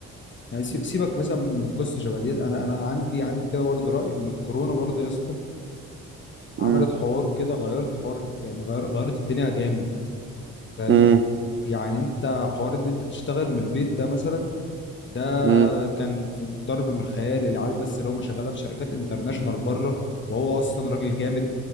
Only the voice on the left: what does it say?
يعني سي- سيبك مثلا من قصة شبه ديت انا انا عندي عندي كده برضه رأي ان الكورونا برضه يا اسطى
عملت حوار كده غيرت حوار يعني غير غيرت الدنيا جامد فاهم
يعني انت حوار ان انت تشتغل من البيت ده مثلا ده
كان في ضرب من الخيال العيال بس اللي هم شغاله في شركات انترناشونال بره وهو اصلا راجل جامد